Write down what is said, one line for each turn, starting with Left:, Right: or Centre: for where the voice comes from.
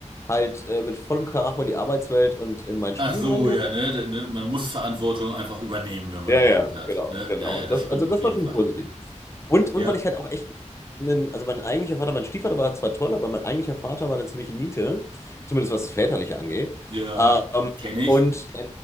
Left: halt äh, mit vollem Karacho in die Arbeitswelt und in mein Studium
Right: ach so,
Left: reinge
Right: ja, ne, da- ne, man muss Verantwortung einfach übernehmen, wenn man
Left: Ja, ja,
Right: ein Kind hat,
Left: genau,
Right: ne?
Left: genau.
Right: Ja, ja,
Left: Das,
Right: das stimmt
Left: also
Right: auf
Left: das
Right: jeden
Left: war schon
Right: Fall.
Left: positiv. Und, und
Right: Ja,
Left: weil ich halt auch echt, einen, also mein eigentlicher Vater, mein Stiefvater war zwar toll, aber mein eigentlicher Vater war eine ziemliche Niete, zumindest was das Väterliche angeht.
Right: ja,
Left: Ähm,
Right: kenne ich,
Left: und